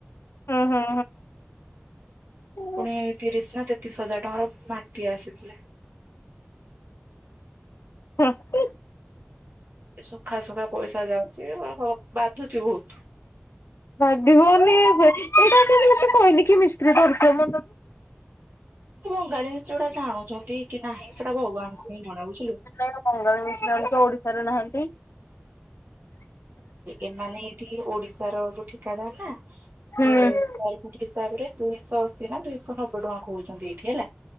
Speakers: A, on the left (about 70°); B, on the right (about 50°).
A: ହୁଁ ହୁଁ ହୁଁ।
B: ପୁଣି ତିରିଶି ନା ତେତିଶ୍ ହଜାର୍ ଟଙ୍କାର ମା ପିଆ ଆସିଥିଲା।
A: ହଁ ଉଁ
B: ସୁଖା ସୁୁଖା ପଇସା ଯାଉଚି ବାଧୁଚି ବୋହୁତ୍
A: ବାଧିବନି ଏଇଟା କିନ୍ତୁ ସେ କହନି କି ମିସ୍ତ୍ରୀ ଧରିକି ଆମ
B: ଏ ବଙ୍ଗାଳି ମିସ୍ତ୍ରି ଗୁଡା ଜାଣୁଛନ୍ତି କି ନାହିଁ ସେଟା ଭଗବାନଙ୍କୁ ହିଁ ଜଣା ବୁଝିଲୁ।
A: ନାଇଁ ବଙ୍ଗାଳି ମିସ୍ତ୍ରି ମାନେ ତ ଓଡିଶାରେ ନାହାନ୍ତି।
B: ଏମାନେେ ଏଠି ଓଡିଶାର ଯୋଉ ଠିକାଦାର୍ ନା ସେ
A: ହୁଁ
B: ବାର ଫୁଟ୍ ହିସାବରେ ଦୁଇଶ ଅସି ଅଶୀ ନା ଦୁଇଶହ ନବେ ଟଙ୍କା କୋହୁଛନ୍ତି ଏଠି ହେଲା।